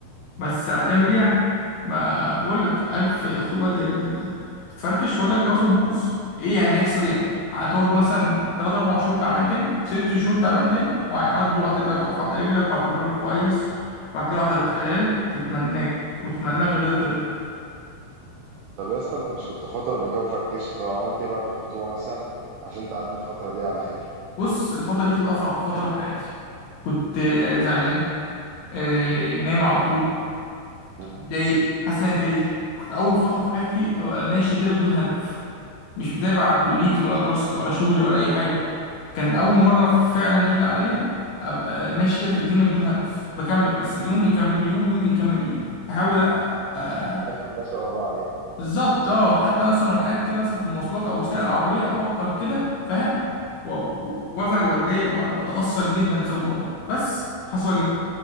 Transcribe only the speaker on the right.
طب يا اسطى انت مش كنت خطوه قبل كده وفركشت طب عملت ايه بعد الخطوبه مثلا عشان تعدي الفتره دي على خير
مم.
مم.
مم.
الايام كلها شبه بعض يعني